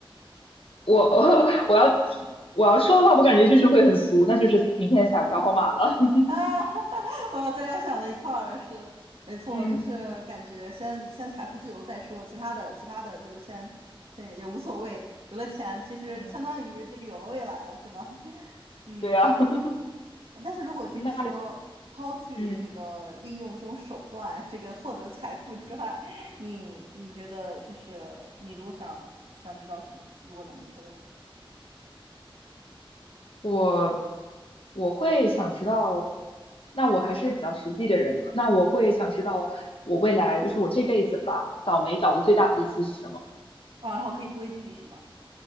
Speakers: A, on the left (about 75°); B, on the right (about 85°).
A: 我 <laughs> 我要提我要说的话，我感觉就是会很俗，那就是明天彩票号码了。<laughs>
B: 啊，<laughs> 我咱俩想到一块儿了是的没错，
A: 嗯
B: 就是感觉先先财富自由再说，其他的其他的就是先先也无所谓，有了钱其实相当于这个有了未来了，
A: 嗯，
B: 是吧？<laughs> 嗯。
A: 对啊，<laughs>
B: 但是如果就是说抛去这个利用这种手段，
A: 那嗯
B: 这个获得财富之外，你你觉得就是你如果想想知道什么，如果能预测未来，
A: 我我会想知道，那我还是比较实际的人的，那我会想知道我未来就是我这辈子吧，倒霉倒的最大的一次是什么？
B: 啊，然后可以规避是吗？